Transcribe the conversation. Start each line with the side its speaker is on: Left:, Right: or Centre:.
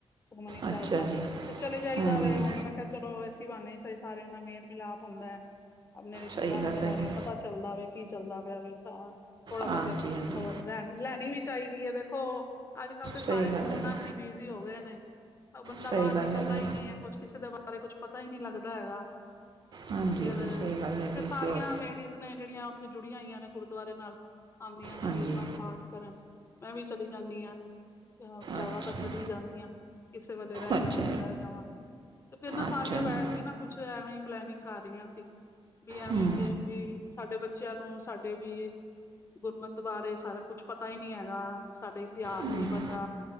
Left: ਸੁਖਮਨੀ ਸਾਇਬ
Right: ਅੱਛਾ
Left: ਦਾ,
Right: ਜੀ
Left: ਤੇ ਚਲੇ ਜਾਈਦਾ
Right: ਹੂੰ
Left: ਵੇ
Right: ਹੂੰ,
Left: ਹੁਨ ਮੈਂ ਚਲੋ ਏੱਸੀ ਬਾਨੇ ਈ ਸਈ ਸਾਰਿਆਂ ਨਾਲ ਮੇਲ ਮਿਲਾਪ ਹੁੰਦੈ, ਆਪਨੇ ਰਿਸ਼ਤੇਦਾਰਾਂ
Right: ਸਹੀ ਗੱਲ
Left: ਦੇ ਬਾਰੇ
Right: ਹੈਗੀ
Left: ਪਤਾ ਚੱਲ ਚੱਲਦਾ ਵੇ ਕੀ ਚੱਲਦਾ ਪਯੈ ਵੇ, ਥੋੜਾ
Right: ਹਾਂਜੀ
Left: ਬੋਤੇ ਖ਼ਬਰ
Right: ਹਾਂਜੀ
Left: ਰੈਨ ਲੈਨੀ ਵੀ ਚਾਹੀਦੀ ਏ ਵੇਖੋ ਅੱਜ ਕੱਲ ਤੇ ਸਾਰੇ
Right: ਸਹੀ ਗੱਲ
Left: ਫੋਨਾਂ
Right: ਹੈਗੀ
Left: ਚ ਈ ਬਿਜੀ ਹੋ ਗਏ ਨੇ। ਬੰਦਾ
Right: ਸਹੀ
Left: ਬਾਰ
Right: ਗੱਲ
Left: ਨਿਕਲਦਾ
Right: ਹੈਗੀ
Left: ਈ ਨੀ ਐ, ਕੁਛ ਕਿਸੇ ਦੇ ਬਾਰੇ ਕੁਛ ਪਤਾ ਈ ਨੀ ਲੱਗਦਾ ਹੈਗਾ।
Right: ਹਾਂਜੀ,
Left: ਤੇ ਫੇਰ
Right: ਸਈ ਗਾੱਲ ਹੈਗੀ
Left: ਫਿਰ ਸਾਰੀਆਂ
Right: ਏ, ਤੇ ਹੋਰ
Left: ਲੇਡੀਜ਼ ਨੇ ਜੇੜੀਆਂ ਓੱਥੇ ਜੁੜੀਆਂ ਹੋਈਆਂ ਨੇ ਗੁਰਦੁਆਰੇ ਨਾਲ, ਆਂਦੀਆਂ ਨੇ
Right: ਹਾਂਜੀ
Left: ਵੀਰਵਾਰ ਪਾਠ ਕਰਨ। ਮੈਂ ਵੀ ਚਲੀ ਜਾਨੀ ਆ ਜਾਦਾਤਰ
Right: ਅੱਛਾ
Left: ਚਲੀ ਜਾਂਨੀ ਆ ਕਿਸੇ ਵੇਲੇ ਰੈ
Right: ਅੱਛਾ
Left: ਜਾਵਾਂ, ਤੇ ਰੈ ਜਾਵਾਂ ਤੇ ਫੇਰ ਨਾ
Right: ਅੱਛਾ
Left: ਸਾਰੀਆਂ
Right: ਜੀ
Left: ਬੈਠ ਕੇ ਨਾ ਕੁੱਛ ਐਵੇਂ ਈ ਪਲੈਨਿਂਗ ਕਰ ਰੀਆਂ ਸੀ। ਵੀ ਐਵੇਂ
Right: ਹੂੰ
Left: ਕੇ ਵੀ ਸਾਡੇ ਬੱਚਯਾ ਨੂੰ ਸਾਡੇ ਵੀ ਗੁਰਮੱਤ ਬਾਰੇ ਸਾਰਾ ਕੁੱਛ ਪਤਾ ਈ ਨੀ ਹੈਗਾ, ਸਾਡਾ ਇਤਿਹਾਸ
Right: ਹਾਂਜੀ
Left: ਨੀ ਪਤਾ